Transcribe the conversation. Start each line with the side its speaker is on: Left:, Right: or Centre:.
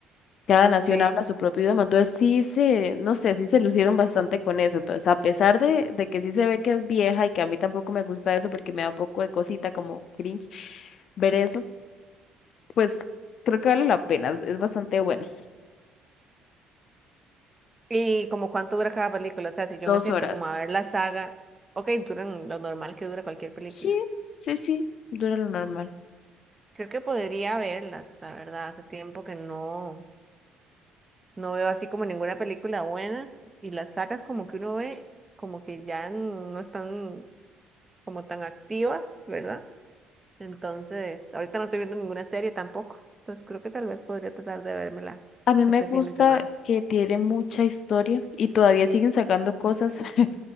Left: Cada nación
Right: Sí.
Left: habla su propio idioma. Entonces sí se, no sé, sí se lucieron bastante con eso. Entonces, a pesar de, de que sí se ve que es vieja y que a mí tampoco me gusta eso porque me da un poco de cosita como cringe ver eso, pues creo que vale la pena, es bastante bueno.
Right: ¿Y como cuánto dura cada película? O sea, si yo
Left: Dos
Right: me siento
Left: horas.
Right: como a ver la saga, ok, duran lo normal que dura cualquier película.
Left: Sí, sí, sí, dura lo normal.
Right: Creo que podría verlas, la verdad, hace tiempo que no. No veo así como ninguna película buena y las sacas como que uno ve como que ya no están como tan activas, ¿verdad? Entonces, ahorita no estoy viendo ninguna serie tampoco. Entonces creo que tal vez podría tratar de vérmela
Left: A mí me
Right: este
Left: gusta
Right: fin de semana.
Left: que tiene mucha historia y todavía siguen sacando cosas. <laughs>